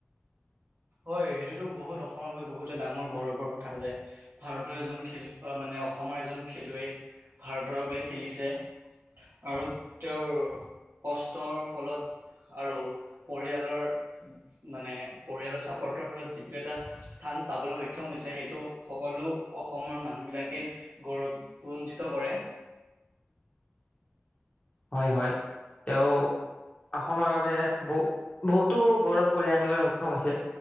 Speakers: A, on the right; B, on the left.
A: হয়, এইটোতো বহুত অসমৰ বাবে বহুতে ডাঙৰ গৌৰৱৰ কথা যে, ভাৰতৰ এজন খেল মানে অসমৰ এজন খেলুৱৈ ভাৰতৰ বাবে খেলিছে আৰু তেওঁৰ কষ্টৰ ফলত আৰু পৰিয়ালৰ মানে পৰিয়ালৰ চা আৰৰ ফলত যিটো এটা স্থান পাবলৈ সক্ষম হৈছে সেইটো সকলো অসমৰ মানুহবিলাকেই গৌৰৱানজিত কৰে।
B: হয়-হয়, তেওঁ অসমৰ বাবে বহু বহুতো গৰম কঢ়িয়াই আনিবলৈ সক্ষম হৈছে